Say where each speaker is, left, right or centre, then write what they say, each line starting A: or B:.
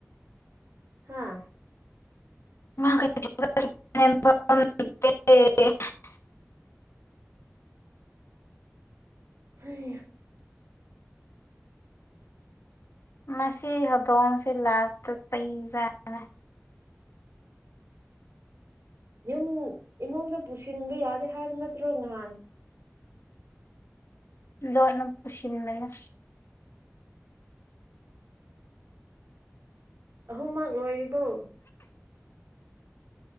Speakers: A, on the right; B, on the left.
A: ꯍꯥꯥ
B: <unintelligible>
A: <inaudible> ꯍꯥꯏ
B: ꯃꯁꯤ ꯍꯧꯗꯣꯡꯁꯤꯦ ꯂꯥꯁꯇ ꯆꯍꯤꯖꯅ
A: ꯌꯨꯝ ꯏꯃꯨꯡꯗ ꯄꯨꯁꯤꯟꯕ ꯌꯥꯗꯦ ꯍꯥꯏꯕ ꯅꯠꯇ꯭ꯔꯣ ꯉꯍꯥꯟ <inaudible>
B: ꯗꯣꯅ ꯀꯁꯤꯅꯕꯅꯦ
A: ꯑꯍꯨꯝꯃꯛ ꯂꯣꯏꯔꯤꯕꯣ